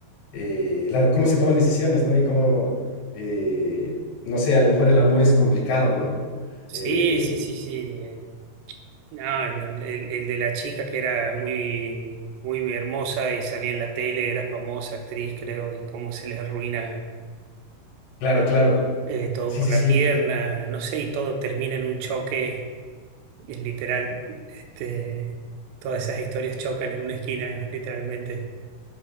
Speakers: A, on the left (about 75°); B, on the right (about 80°).
A: eh, la- cómo se toman decisiones, ¿no? Y cómo, eh, no sé, a lo mejor el amor es complicado, ¿no?
B: Sí,
A: Eh,
B: sí, sí, sí. eh, No, no, el, el de la chica que era muy, muy hermosa y salía en la tele, era famosa actriz, creo, y cómo se les arruina
A: claro, claro.
B: eh, todo
A: Sí,
B: por
A: sí,
B: la
A: sí.
B: pierna, no sé, y todo termina en un choque, es literal. Este, todas esas historias chocan en una esquina, literalmente.